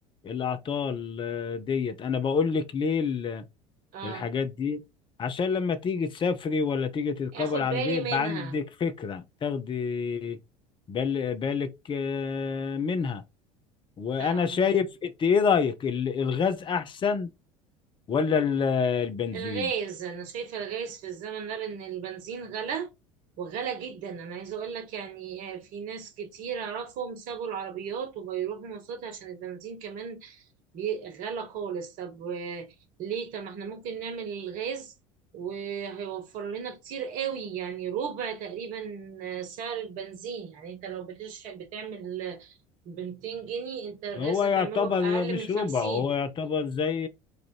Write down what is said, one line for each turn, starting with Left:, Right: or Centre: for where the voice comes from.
Left: الأعطال آه، ديت أنا بقول لك ليه
Right: اه
Left: الحاجات دي عشان لما تيجي تسافري ولا تيجي تركبي
Right: اخد
Left: العربية
Right: بالي
Left: يبقى
Right: منها
Left: عندك فكرة تاخدي بال بالك آه، منها وأنا
Right: فاهم
Left: شايف أنت إيه رأيك ال- الغاز أحسن ولا ال- البنزين؟
Right: الغاز انا شايفه الغاز في الزمن ده لان البنزين غلى وغلى جدا انا عايزه اقول لك يعني آه، في ناس كتير اعرفهم سابوا العربيات وبيروحوا مواصلات عشان البنزين كمان بي- غلا خالص طب آه، ليه طب ما احنا ممكن نعمل الغاز وهيوفر لنا كتير قوي يعني ربع تقريبا آه، سعر البنزين يعني انت لو بتشحن بتعمل آه، ب 200 جنيه انت الغاز
Left: هو
Right: هتعمله
Left: يعتبر
Right: بأقل
Left: مش
Right: من 50
Left: ربعه هو يعتبر زي